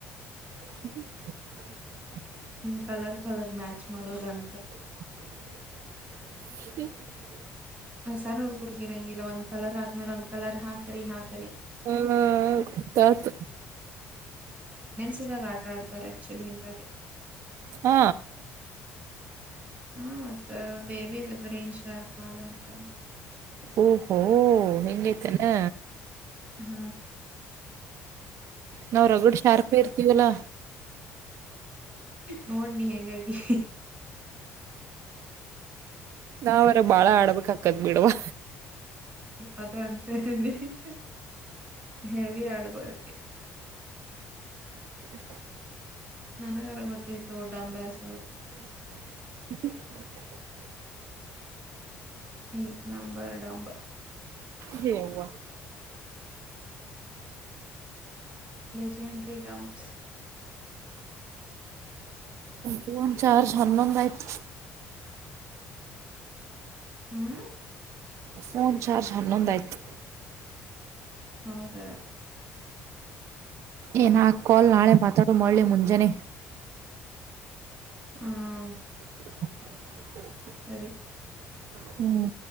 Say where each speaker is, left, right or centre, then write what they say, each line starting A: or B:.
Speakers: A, on the right; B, on the right.
A: <unintelligible>
B: ಹಿಂಗ್ ಕಲರ್ ಕಲರ್ ಮ್ಯಾಚ್ ಮಾಡೋದಂ
A: <inaudible>
B: ಸ ನೋಡ್ಗುರ್ಗಿರಂಗಿಲ್ಲ ಒಂದ್ ಕಲರ್ ಆದ್ಮೇ ಒಂದ್ ಕಲರ್ ಹಾಕಿ ಹಾಕ
A: ಹ್ಮ ತಾತ.
B: <unintelligible>
A: ಹಾ.
B: ಹ್ಮ ದ ಬೇಬಿ ಗ್ರೀನ್ ಶಾರ್ ಪಾಲಂತ.
A: ಓಹೋ ಇಂಗ್ ಐತೆನ
B: ಹ್ಮ್
A: ನಾವ್ ರಗಡ್ ಶಾರ್ಪ ಇರ್ತೀವಲ್ಲಾ.
B: ನೋಡ್ನಿ ಹೆಂಗಾಗಿ.
A: ನಾವರ ಬಾಳ ಆಡ್ಬೇಕ್ಕದ್ ಬಿಡವಾ.
B: ಅದ ಅಂತೆ <unintelligible> ಹೆವಿ ಆಗ್ <unintelligible>
A: <inaudible>
B: ನನಗರ ಗೊತ್ತೈತ್ತು ಡೊಂಬ್ಯಾಸ್
A: <inaudible>
B: ಈ ನಂಬರ್ ಡಂಬ್ -
A: ಹೆವ್ವ
B: ಜೆಂಡ್ರರಿ ಡಂಮ್ಸ್.
A: ಫೋನ್ ಚಾರ್ಜ್ ಹನ್ನೊಂದ್ ಆಯ್ತ್.
B: ಹ್ಮ್
A: ಫೋನ್ ಚಾರ್ಜ್ ಹನ್ನೊಂದ್ ಆಯ್ತ್.
B: ಹೌದ
A: ಏನ್ ಕಾಲ್ ನಾಳೆ ಮಾತಾಡು ಮಾಡ್ಲಿ ಮುಂಜಾನೆ.
B: ಹ್ಮ್
A: <inaudible>
B: ಸರಿ
A: ಹ್ಮ್